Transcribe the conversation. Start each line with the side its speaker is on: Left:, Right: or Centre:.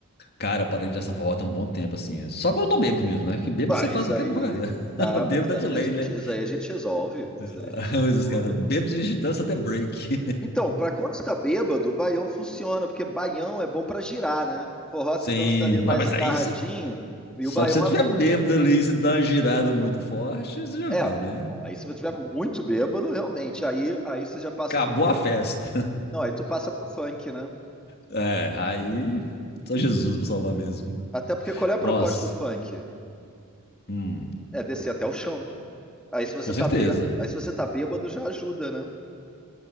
Left: Cara, eu parei de dançar forró tem um bom tempo, assim. Só quando eu tô bêbado mesmo, né? Que bêbado
Centre: Pá,
Left: você faz
Centre: isso
Left: qualquer
Centre: aí.
Left: porcaria.
Centre: Tá,
Left: <laughs> Bêbado
Centre: mas aí
Left: é de lei,
Centre: a gente,
Left: né?
Centre: isso aí a gente resolve. Isso
Left: <laughs>
Centre: aí a gente
Left: Mas
Centre: resolve.
Left: os caras, bêbado a gente dança até break.
Centre: Então, pra quando você tá bêbado, o baião funciona, porque baião é bom pra girar, né?
Left: <laughs>
Centre: Forró
Left: Sim,
Centre: você dança ali mais
Left: Ué, mas
Centre: agarradinho,
Left: aí você.
Centre: e
Left: Só
Centre: o baião
Left: que se você tiver
Centre: é bom
Left: bêbado
Centre: pra girar.
Left: ali, você dá uma girada muito forte, você já viu,
Centre: É,
Left: né?
Centre: bom, aí se você tiver muito bêbado, realmente, aí, aí você já passa
Left: Acabou
Centre: pro quê?
Left: a festa.
Centre: Não, aí tu passa pro funk, né?
Left: É, aí só Jesus pra salvar mesmo.
Centre: Até porque qual é a proposta
Left: Nossa,
Centre: do funk?
Left: hum,
Centre: É descer até o chão. Aí se você
Left: com certeza.
Centre: tá bêbado, aí se você tá bêbado já ajuda, né?